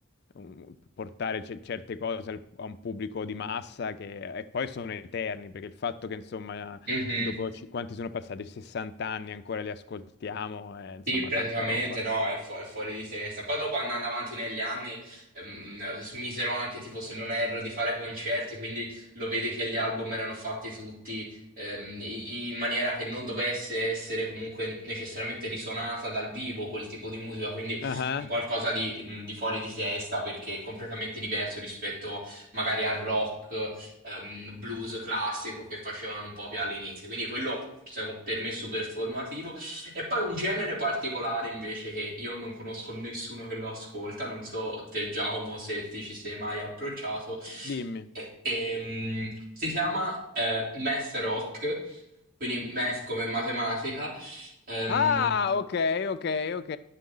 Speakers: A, on the left; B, on the right.
A: um, portare ce- certe cose al- a un pubblico di massa che e poi sono eterni, perché il fatto che insomma
B: mhm.
A: Dopo ci- quanti sono passati? 60 anni ancora li ascoltiamo, eh, insomma,
B: Sì, praticamente
A: tanta roba.
B: no, è, fu- è fuori di testa. Poi dopo andando avanti negli anni, ehm, smisero anche, tipo, se non erro, di fare concerti, quindi lo vedi che gli album erano fatti tutti ehm, i- in maniera che non dovesse essere comunque necessariamente risuonata dal vivo quel tipo di musica, quindi
A: Ah,
B: un qualcosa di, mh, di fuori di testa perché è completamente diverso rispetto magari al rock, ehm, blues classico che facevano un po' più all'inizio. Quindi quello seco- per me è super formativo. E poi un genere particolare invece che io non conosco nessuno che lo ascolta, non so te Giacomo se ti ci sei mai approcciato,
A: Dimmi.
B: e- ehm, si chiama eh, math rock, quindi math come matematica. Ehm,
A: Ah, ok, ok, ok.